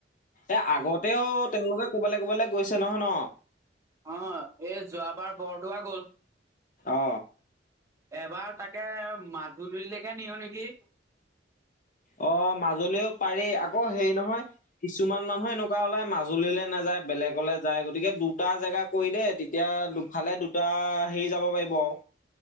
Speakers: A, on the left; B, on the right.
A: এ আগতেও তেওঁলোকে ক'বালৈ ক'বালৈ গৈছে নহয় ন
B: অ এই যোৱাবাৰ বৰদোৱা গ'ল।
A: অ
B: এবাৰ তাক তে মাজুলিলেকে নিওঁ নেকি?
A: অ মাজুলিও পাৰি আকৌ হেৰি নহয় কিছুমান মানুহে এনেকুৱা ওলাই মাজুলীলৈ নাযায় বেলেগলৈ যায় গতিকে দুটা জেগা কৰি দে তেতিয়া দুফালে দুটা হেৰি যাব পাৰিব আৰু।